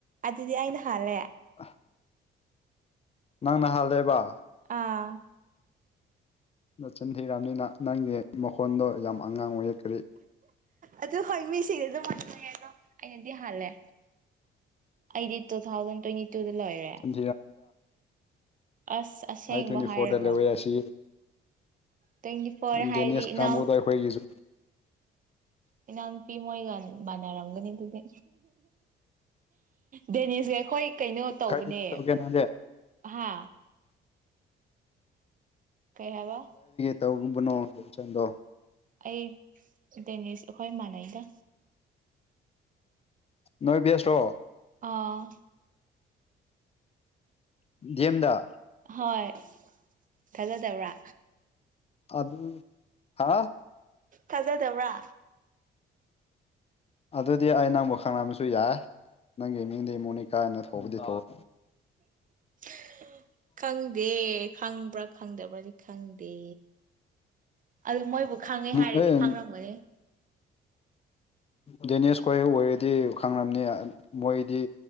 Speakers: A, on the right; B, on the left.
A: ꯑꯗꯨꯗꯤ ꯑꯩꯅ ꯍꯥꯜꯂꯦ
B: ꯑ ꯅꯪꯅ ꯍꯥꯜꯂꯦꯕ
A: ꯑꯥ
B: ꯅꯆꯤꯟ ꯍꯤꯔꯥꯝꯅꯤꯅ ꯅꯪꯒꯤ ꯃꯈꯣꯟꯗꯣ ꯌꯥꯝ ꯑꯉꯥꯡ ꯑꯣꯏꯛꯈꯔꯤ
A: ꯑꯗꯨ ꯍꯣꯏ ꯃꯤꯁꯤꯡꯁ ꯑꯗꯨꯝ ꯍ ꯑꯗꯣ ꯑꯩꯅꯗꯤ ꯍꯥꯜꯂꯦ ꯑꯩꯗꯤ ꯇꯨ ꯊꯥꯎꯖꯟ ꯇ꯭ꯋꯦꯟꯇꯤ ꯇꯨꯗ ꯂꯣꯏꯔꯦ
B: ꯅꯆꯤꯟ
A: ꯑꯁ ꯑꯁꯦꯡꯕ
B: ꯑꯥꯏ ꯇ꯭ꯋꯦꯟꯇꯤ
A: ꯍꯥꯏꯔꯒ
B: ꯐꯣꯔꯗꯂ ꯑꯣꯏ ꯑꯁꯤ
A: ꯇ꯭ꯋꯦꯟꯇꯤ ꯐꯣꯔ ꯍꯥꯏꯔꯗꯤ
B: ꯗꯦꯅꯤꯁ
A: ꯏꯅꯥꯎ
B: ꯀꯝꯕꯨ ꯇ ꯑꯩꯈꯁꯨ
A: ꯏꯩꯅꯎꯅꯄꯤ ꯃꯣꯏꯒ ꯃꯅꯔꯝꯒꯅꯤ ꯑꯗꯨꯗꯤ ꯗꯦꯅꯤꯁꯁꯦ ꯑꯩꯈꯣꯏ ꯀꯩꯅꯣ ꯇꯧꯕꯅꯦ
B: ꯀꯥꯏꯗꯒꯤ ꯇꯧꯒꯦ ꯅꯪꯗꯤ
A: ꯍꯥ ꯀꯌꯥꯕ
B: ꯇꯧꯒꯨꯝꯕꯅꯣꯗ ꯏꯆꯟꯗꯣ
A: ꯑꯩ ꯗꯦꯅꯤꯁ ꯑꯩꯈꯣꯏ ꯃꯥꯟꯅꯩꯗ
B: ꯅꯣꯏ ꯦꯁ꯭ꯔꯣ
A: ꯑꯥ
B: ꯗꯤ ꯑꯦꯝꯗ
A: ꯍꯣꯏ ꯊꯖ ꯇꯕ꯭ꯔꯥ
B: ꯑꯗꯨ ꯍꯥ
A: ꯀꯖꯥ ꯇꯧ꯭ꯔꯥ
B: ꯑꯗꯨꯗꯤ ꯑꯩ ꯅꯪ ꯑꯃꯨꯛ ꯈꯪꯝꯕꯁꯨ ꯌꯥꯏ ꯅꯪꯒꯤ ꯃꯤꯡꯗꯤ ꯃꯣꯅꯤꯀꯥꯅ ꯊꯧꯕꯗꯤ ꯊꯣꯛ
A: <inaudible> ꯈꯪꯗꯦ ꯈꯪꯕ꯭ꯔꯥ ꯈꯪꯗꯕ꯭ꯔꯗꯤ ꯈꯪꯗꯦ ꯑꯗꯨ ꯃꯣꯏꯕꯨ ꯈꯥꯡꯉꯦ ꯍꯥꯏꯔꯗꯤ
B: ꯑꯦ
A: ꯈꯥꯡꯔꯝꯒꯅꯤ
B: ꯗꯦꯅꯤꯁ ꯈꯣꯏ ꯑꯣꯏꯔꯗꯤ ꯈꯪꯕꯅꯤ ꯃꯣꯏꯗꯤ